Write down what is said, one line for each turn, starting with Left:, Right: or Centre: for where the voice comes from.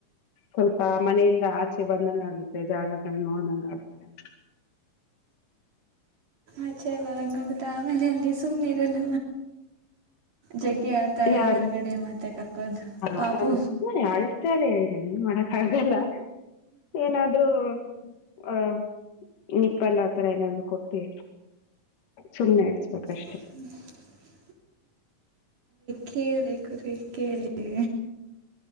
Left: ಸ್ವಲ್ಪ ಮನೆಯಿಂದ ಆಚೆ ಬಂದಂಗ ಆಗುತ್ತೆ ಜಾಗಗಳ ನೋಡ್ದಂಗ ಆಗುತ್ತೆ <inaudible>
Right: ಆಚೆ ಬರಂಗುತ್ತಾ ಆಮೇಲೆ ಅಲ್ಲಿ ಸುಮ್ನೆ ಇರಲ್ಲ ಜಗ್ಗಿ ಆಡ್ತಾಳೆ
Left: ಯಾರ
Right: ಹೊರಗಡೆ ಮತ್ತೆ ಕರ್ಕೊಂಡು ಪಾಪು
Left: ಹ ಯಾಳ್ತಲ್ಲೆ ಏನ್ ಮಾಡ <unintelligible> ಹಾಗಲ್ಲ ಏನಾದ್ರೂ ಹ ನಿಪ್ಪಲ್ಲ ಆತರ ಏನಾದ್ರು ಕೊಟಿ ಸುಮ್ಮನೆ ಇರ್ಸ್ಬೇಕಷ್ಟೇ
Right: <inaudible> ಕೇಳಿದೆ ಕುರಿ <unintelligible> ಕೇಳಿದೆ